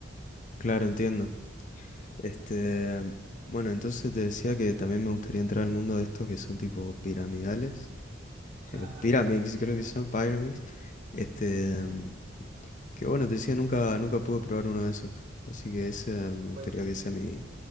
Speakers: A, on the left; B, on the right.
A: claro, entiendo. Este, bueno, entonces te decía que también me gustaría entrar al mundo de estos que son tipo piramidales.
B: Ajá,
A: eh, Pyramix,
B: los pirámides.
A: creo que se llama Pyramix.
B: sí. <clears throat>
A: Este,
B: Mm.
A: mm, que bueno, te decía, nunca, nunca pude probar uno de esos. Así que ese eh, me gustaría
B: Pues
A: que sea mi